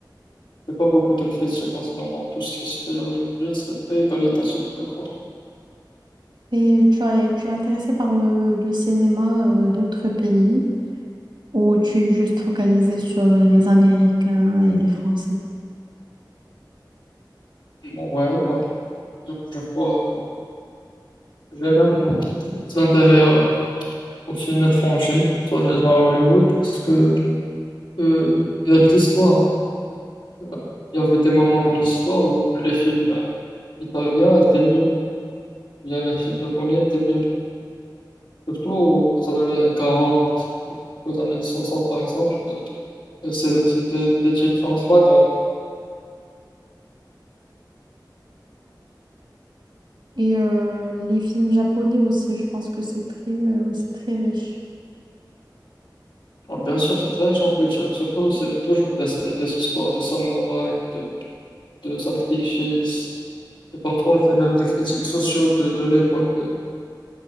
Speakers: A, on the left; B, on the right.
A: J'ai pas beaucoup de critiques en ce moment. Tout ce qui se fait aujourd'hui, c'est très qualitatif, je crois.
B: Et tu as- tu es intéressé par euh, le cinéma euh, d'autres pays? Ou tu es juste focalisé sur les Américains et les Français?
A: Bon, ouais, ouais. Euh, Je crois. Je vais même plus d'intérêt euh, aux films étrangers, soit disant à Hollywood, parce que euh, il y a de l'histoire. Euh, Il y avait des moments dans l'histoire où les films euh, italiens étaient mieux, ou bien les films japonais étaient mieux. Surtout aux années 40, aux années 60 par exemple, euh, et c'est- c'était des différences flagrantes.
B: Et euh, les films japonais aussi, je pense que c'est très, euh, c'est très riche.
A: Alors, bien sûr, c'est très riche en culture. Surtout, c'est toujours des, des histoires de samouraïs, de, de sacrifices, et parfois, c'est même des critiques sociaux de, de l'époque. euh,